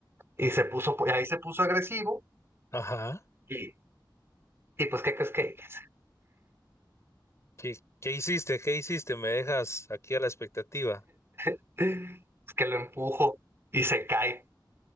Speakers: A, on the right; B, on the left.
A: Y se puso, ahí se puso agresivo.
B: Ajá.
A: Y, y pues, ¿qué crees que hice?
B: ¿Qué, qué hiciste? ¿Qué hiciste? Me dejas aquí a la expectativa.
A: <laughs> Es que lo empujo y se cae.